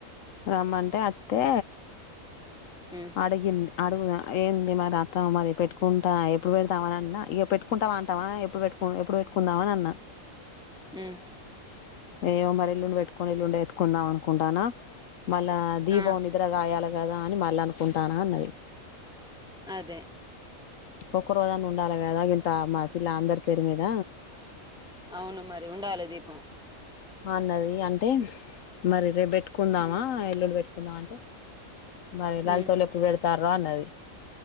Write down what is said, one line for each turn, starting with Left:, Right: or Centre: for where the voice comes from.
Left: రమ్మంటే అత్తే
Centre: ఉమ్
Left: అడిగింది అడుగు ఏంది మరి అత్త మరి పెట్టుకు పెట్టుకుంటా ఎప్పుడు పెడతాం అని అన్నా ఇగ పెట్టుకుంటవా అంటనా ఎప్పుడు పెట్టుకు ఎప్పుడు పెట్టుకుందాం అని అన్నా.
Centre: ఆమ్
Left: ఏమో మరి ఎల్లుండి పెట్టుకొని ఎల్లుండి ఎత్తుకుందాం అనుకుంటానా మళ్ళా దీపం
Centre: ఆ
Left: నిద్రగాయాల కదా అనీ మళ్ళ అ. ఉంటానా అన్నది.
Centre: అదే
Left: ఒక్కరోజన్న ఉండాలి కదా ఇంత మా పిల్ల అందరి పేరు మీద
Centre: అవును మరి ఉండాలే దీపం
Left: అన్నది అంటే మరి రేప్ కుందామా
Centre: ఉమ్
Left: యెల్లుండి పెట్టుకు కుందమంటే మరి లలితోళ్ళు
Centre: ఉమ్
Left: ఎప్పుడు పెడతా అన్నది